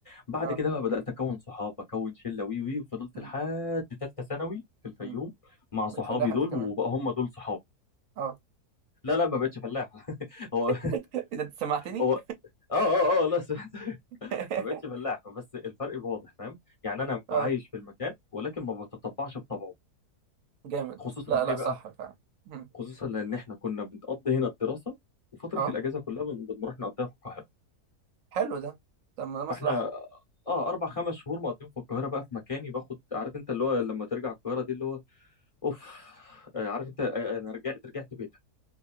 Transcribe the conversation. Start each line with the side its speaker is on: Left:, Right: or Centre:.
Left: بعد
Right: اه
Left: كده بقى بدات اكون صحاب اكون شله وي وي وفضلت
Right: مم.
Left: لحد ثالثه ثانوي في الفيوم
Right: مم.
Left: مع صحابي
Right: بتفلح
Left: دول
Right: انت كمان
Left: وبقى هم دول صحابي
Right: اه
Left: لا لا ما بقتش فلاح <laughs> هو <laughs>
Right: <laughs> اذا انت سمعتني
Left: هو اه اه اه لا سمعت <laughs>
Right: <laughs>
Left: ما بقتش فلاح بس الفرق واضح فاهم يعني انا
Right: اه
Left: عايش في المكان ولكن ما بتطبعش بطبعه
Right: جامد
Left: خصوصا
Right: لا
Left: ليه
Right: لا صح
Left: بقى
Right: فعلا مم.
Left: خصوصا لان احنا كنا بنقضي هنا الدراسه وفتره
Right: اه
Left: الاجازه كلها بن- بنروح نقضيها في القاهره
Right: حلو ده طب ما ده
Left: فاحنا
Right: مصلحة
Left: اه اربع خمس شهور مقضيهم في القاهره بقى في مكاني باخد عارف انت اللي هو لما ترجع القاهره دي اللي هو اوف آه، عارف انت آه، انا رجعت رجعت بيتك